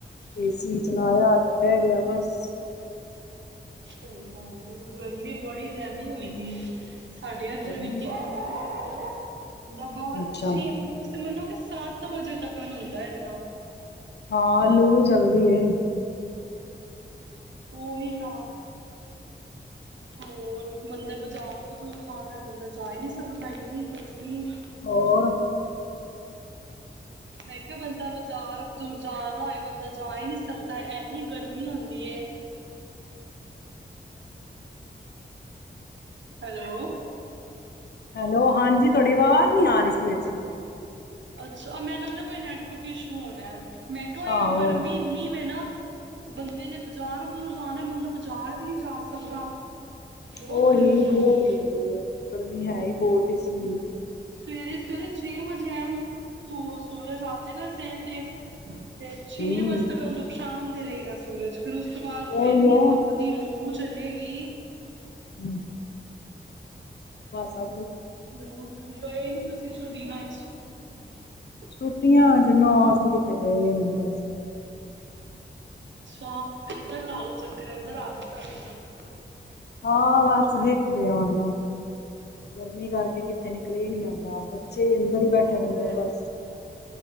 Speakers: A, on the right; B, on the left.
A: ਹਮ,
B: ਏ ਸੀ ਚਲਾਇਆ ਤੇ ਬਹਿ ਗਿਆ ਬਸ
A: ਸਹੀ ਗੱਲ ਗਰਮੀ ਬੜੀ ਜ਼ਿਆਦਾ ਹੀ ਹੋਈ ਦੀ ਹੈ। ਸਾਡੇ ਇਧਰ
B: ਗਰਮੀ
A: ਵੀ <unintelligible> ਬਹੁਤ
B: ਅੱਛਾ
A: ਅੱਛੀ ਤੁਸੀਂ ਤੇ ਮੰਨੋ ਕਿ ਸੱਤ ਵਜੇ ਤੱਕ <unintelligible> ਹੁੰਦਾ ਇਨਾ
B: ਹਾਂ ਲੂ ਚਲਦੀ ਹੈ
A: ਉਹ ਵੀ ਤਾਂ ਹੋਰ ਬੰਦਾ ਬਾਜ਼ਾਰ ਬਜ਼ੂਰ ਜਾਣਾ ਬੰਦਾ ਜਾ ਹੀ ਨਹੀਂ ਸਕਦਾ ਇੰਨੀ ਗਰਮੀ
B: ਹੋਰ
A: ਮੈਂ ਕਿਹਾ ਬੰਦਾ ਬਜ਼ਾਰ ਬਜੂਰ ਜਾ ਨਾ ਹੋਏ ਬੰਦਾ ਜਾ ਹੀ ਨਹੀਂ ਸਕਦਾ ਇਨੀ ਗਰਮੀ ਹੁੰਦੀ ਏ ਹੈਲੋ
B: ਹੈਲੋ ਹਾਂਜੀ ਤੁਹਾਡੀ ਆਵਾਜ਼ ਨੀ ਆ ਰਹੀ ਸੀ ਵਿਚ
A: ਅੱਛਾ ਮੈਨੂੰ ਲੱਗਦਾ ਕੋਈ ਨੈਟਵਰਕ ਇਸ਼ੂ ਹੋਣਾ ਮੈਂ ਕਿਹਾ ਈ
B: ਆਹੋ
A: ਉਹ ਗਰਮੀ ਇੰਨੀ ਵੇ ਨਾ ਬੰਦੇ ਨੇ ਬਜ਼ਾਰ ਬਜੂਰ ਜਾਣਾ ਬੰਦਾ ਬਜ਼ਾਰ ਵੀ ਨਹੀਂ ਜਾ ਸਕਦਾ ਬਹੁਤ
B: ਉਹ
A: ਗਰਮੀ
B: ਹੀ
A: ਹੋ
B: ਬਹੁਤ
A: ਗਈ ਏ,
B: ਗਰਮੀ ਹੈ ਹੀ ਬਹੁਤ ਹੀ ਸੀ
A: ਸਵੇਰੇ ਸਵੇਰੇ ਛੇ ਵਜੇ ਆਏ ਉੱਤੋ ਸੂਰਜ ਆਜੇ ਗਾ ਸਿਰ ਤੇ ਤੇ ਛੇ
B: ਹੂੰ
A: ਵਜੇ ਤੱਕ ਦੁਖ ਸ਼ਾਮ ਰਹੇਗਾ ਸੂਰਜ। ਫਿਰ ਉਸ ਤੋਂ ਬਾਅਦ
B: ਉਹੀ
A: ਏਨੀਂ
B: ਉਹ
A: ਤੱਪਦੀ ਲੂ ਚਲੇਗੀ।
B: <inaudible> ਬਸ ਅ
A: ਹੋਰ ਗਏ ਨੀ ਤੁਸੀਂ ਛੁ <unintelligible>
B: ਛੁੱਟੀਆਂ ਜੀ ਨਾ, ਅਸੀਂ ਕਿਤੇ ਗਏ ਨੀ। ਬਸ।
A: ਅੱਛਾ, ਏਧਰ ਲਾ ਲੋ ਚੱਕਰ, ਏਧਰ ਆ ਜੋ ਸਾਡੇ ਵਲ।
B: ਹਾਂ ਬਸ ਵੇਖਦੇ ਆ ਹੁਣ। ਗਰਮੀ ਕਰਕੇ ਕਿੱਥੇ ਨਿਕਲੇਆ ਨੀ ਜਾਂ ਹਾਂ ਬੱਚੇ ਅੰਦਰ ਹੀ ਬੈਠੇ
A: ਹਾਂ,
B: ਰਹਿੰਦੇ ਨੇ ਬਸ।